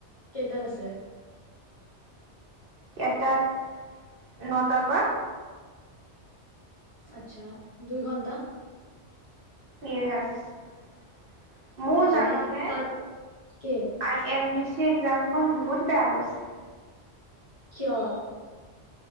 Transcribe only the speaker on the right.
কেটাত নটাৰ পৰা?
ইয়েছ৷ মোৰ
জাননে
আই এম ডি সে একজামখন বহুত বেয়া গৈছে ৷